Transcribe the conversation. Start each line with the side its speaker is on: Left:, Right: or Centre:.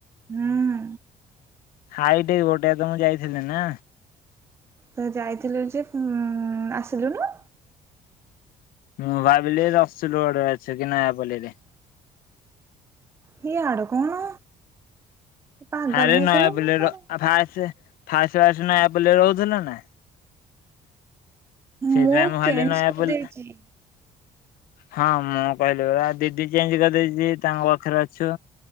Right: ହୁଁ।
Left: ହାଇ ଟେଗ୍ ଗୋଟେ ତ ମୁଁ ଯାଇଥିଲି ନା?
Right: ତୁ ଯାଇଥିଲୁ ଯେ ଉଁ ଆସିଲୁ ନୁ।
Left: ମୁଁ ଭାବିଲି ରସୁଲଗଡ଼ ରେ ଅଛୁ କି ନୟାପଲ୍ଲୀ ରେ।
Right: ହେ ଆଡ କଣ? ପାଗଳ
Left: ଆରେ
Right: ହେଇଗଲୁ
Left: ନୟାପଲିର
Right: ନା କଣ
Left: ଭାସ ଫାସ୍ ଫାସ୍ ନୟାପଲ୍ଲୀ ରହୁଥିଲ ନା? ସେଇଥିପାଇଁ
Right: ମୁଁ
Left: ଭାବିଲି
Right: ଚେଞ୍ଜ୍
Left: ନୟାପଲ୍ଲୀ
Right: କରି ଦେଇଚି।
Left: ହଁ ମୁଁ କହିଲିପରା ଦିଦି ଚେଞ୍ଜ୍ କରିଦେଇଚି ତାଙ୍କ ପାଖରେ ଅଛୁ।